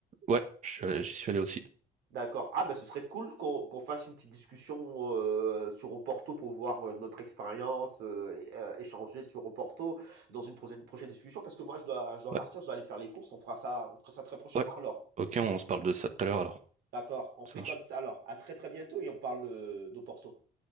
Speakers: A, on the right; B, on the right.
A: Ouais, je suis allé- j'y suis allé aussi.
B: D'accord. Ah, ben ce serait cool qu'on qu'on fasse une petite discussion euh, sur Oporto pour voir euh, notre expérience, euh, et, euh, échanger sur Oporto dans une prochaine, prochaine discussion, parce que moi je dois, je dois
A: Ouais,
B: partir, je dois aller faire les courses, on fera ça, on fera ça très prochainement
A: ouais.
B: alors.
A: Ok, on se parle de ça tout à l'heure alors.
B: D'accord, on fait
A: Ça marche.
B: comme ça alors. À très très bientôt et on parle euh, d'Oporto.